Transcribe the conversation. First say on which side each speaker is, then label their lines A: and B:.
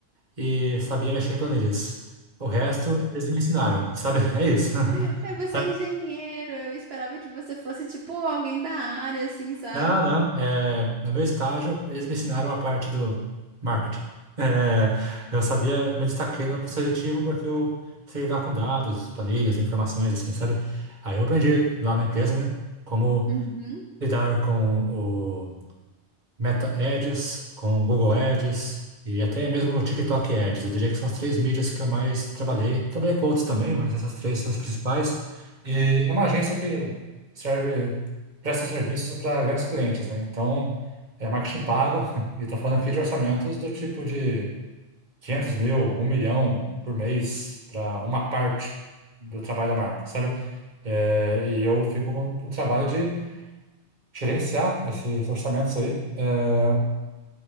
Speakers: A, on the right; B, on the right.
A: e sabia mexer em planilhas. O resto, eles me ensinaram, sabe? <laughs> É isso.
B: <laughs>
A: <laughs>
B: É, você é engenheiro, eu esperava que você fosse, tipo, alguém da área, assim, sabe?
A: Não, não. É, no meu estágio, eles me ensinaram a parte do marketing. É, eu sabia, eu me destaquei no processo seletivo porque eu sei lidar com dados, planilhas, informações, assim, sabe? Aí eu aprendi lá na empresa, né, como
B: Uhum.
A: lidar com Meta Ads, com Google Ads e até mesmo o TikTok Ads. Eu diria que são as três mídias que eu mais trabalhei. Trabalhei com outros também, mas essas três são as principais. E é uma agência que serve, presta serviços para grandes clientes, né? Então, é marketing pago <laughs> e estou falando aqui de orçamentos do tipo de 500 mil, um milhão por mês para uma parte do trabalho da marca, sabe? É, e eu fico com o trabalho de gerenciar esses orçamentos aí é,